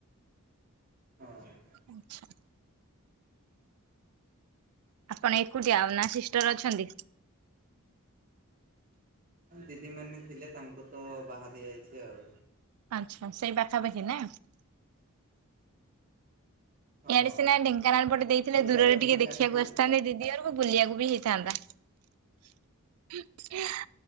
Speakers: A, on the right; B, on the right.
A: ହଁ।
B: ଆଚ୍ଛା। ଆପଣ ଏକୁଟିଆ ନା ସିଷ୍ଟର ଅଛନ୍ତି?
A: ଦିଦି ମାନେ ଥିଲେ ତାଙ୍କୁ ତ ବାହା ଦିଆଯାଇଛି ଆଉ।
B: ଆଚ୍ଛା ସେଇ ପାଖାପାଖି ନା?
A: ହଁ।
B: ୟାଡେ ସିନା ଢେଙ୍କାନାଳ ପଟେ ଦେଇଥିଲେ
A: ଏଇଟା
B: ଦୂରରେ
A: ଆଇଟମ୍
B: ଟିକେ
A: କରି
B: ଦେଖିବାକୁ
A: ଜାଣିଥି
B: ଆସିଥାନ୍ତି ଦିଦି ଆରୁ କୁ ବୁଲିବାକୁ ବି ହେଇଥାନ୍ତା।